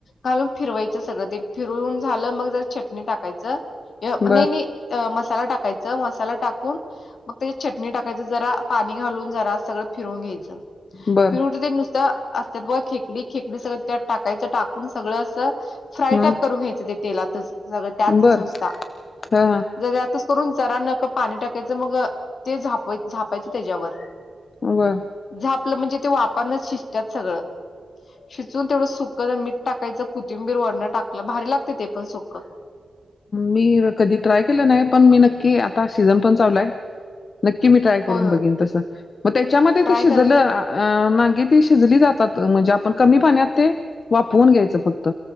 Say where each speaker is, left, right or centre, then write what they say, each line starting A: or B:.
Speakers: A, on the left; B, on the left.
A: घालून फिरवायचं सगळं ते, फिरून झालं मग जर चटणी टाकायचं, नाही
B: बर
A: नाही मसाला टाकायच, मसाला टाकून मग ते चटणी टाकायचं जरा, पाणी घालून जरा सगळं फिरून घ्यायचं.
B: बर
A: फिरवून ते नुसतं असत्यात बगा खेकडी, खेकडी सगळं त्यात टाकायचं. टाकून सगळं असं फ्राय
B: हम्म
A: टाईप करून घ्यायचं ते. तेलातच सगळ, त्यातच
B: बर
A: नुसता
B: हा
A: जर यातच करून जरा नकळत पाणी टाकायचं, मग ते झापायचं तेज्यावर.
B: बर.
A: झापलं म्हणजे ते वाफनच शिजत्यात सगळं. शिजवून तेवढं सुक, मीठ टाकायचं, कोथिंबीर वरणं टाकलं भारी लागतय ते पण सुकं.
B: मी कधी ट्राय केलं नाही, पण मी नक्की आता सीझन पण चालू हाय. नक्की मी ट्राय करून
A: होय होय
B: बघेन तस, मग त्याच्यामध्ये
A: ट्राय
B: ते शिजलं
A: करा की
B: अ नांगी ती शिजली जातात म्हणजे आपण कमी पाण्यात ते वाफवून घ्यायचं फक्त